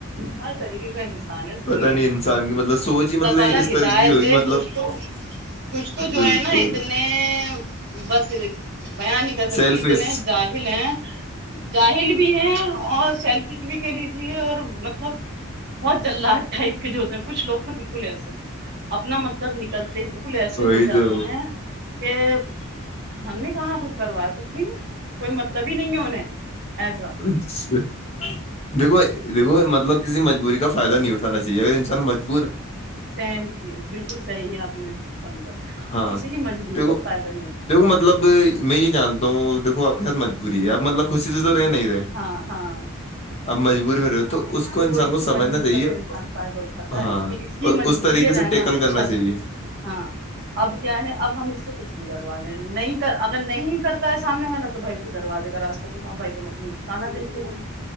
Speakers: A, on the right; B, on the left.
A: ہر طریقے کا انسان ہے اس دنیا
B: پتا نہیں انسان کی مطلب سوچ ہی
A: اللہ
B: مطلب
A: تعالی
B: اس طرح
A: ہدایت
B: کی ہوگی
A: دے
B: مطلب
A: کچھ تو کچھ تو جو
B: بالکل
A: ہے نا اتنے بس بیاں نہیں کر سکتی
B: سیلفش
A: اتنے جاہل ہیں جاہل بھی ہے اور سیلف کچ بھی کہ لیجیے اور مطلب بہت جلد ٹائپ کے جو ہوتے ہیں کچھ لوگ تو بالکل ایسے اپنا مطلب نکلتے بالکل ایسے
B: وہی
A: ہو جاتے
B: تو
A: ہیں کہ ہم نے کہاں کچھ کروایا کچھ بھی نا کوئی مطلب ہی نہیں ہے انیں ایسا
B: اچھا دیکو دھو مطلب کسی مجبوری کا فائدہ نہیں اٹھانا چاہے اگر انسان مج
A: سیم چیز بالکل صحیح ہے آپ نے سمجھا
B: ہاں
A: کہ کسی کی مجبوری
B: دیکھو
A: کا فائدہ نہیں اٹھاؤں
B: دیکھو مطلب میں یہ جانتا ہوں دیکو آپ کے ساتھ مجبوری ہے آپ مطلب خوشی سے تو رہ نہیں رہے
A: ہاں ہاں
B: اب مجبوری میں ہو
A: ہاں
B: تو اس کو انسان
A: وہ
B: کو
A: کی
B: سمجھنا
A: مجبوری
B: چاہیے
A: کا تو انسان فائدہ اٹھاتا
B: ہاں
A: ہے کہ کی
B: اور
A: مجبوری
B: اس طریقے
A: ہے رہنا
B: سے ٹیکل کرنا
A: چھت
B: چاہیے جیے
A: ہاں اب کیا ہے اب ہم اس سے کچھ بھی کروا لیں نہیں اگر نہیں کرتا ہے سامنے والا تو بھائی اسے دروازے کا راستہ دکھاؤ بھائی تم اپنی کانا دیک لو کو